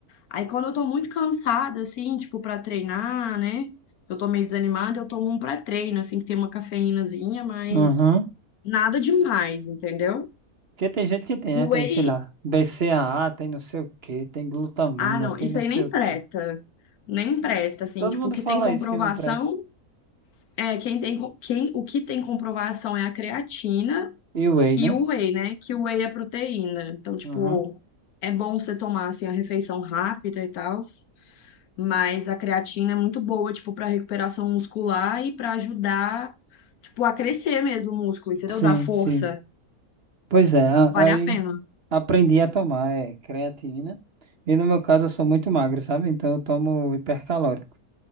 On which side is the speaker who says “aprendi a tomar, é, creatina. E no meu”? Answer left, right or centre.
Right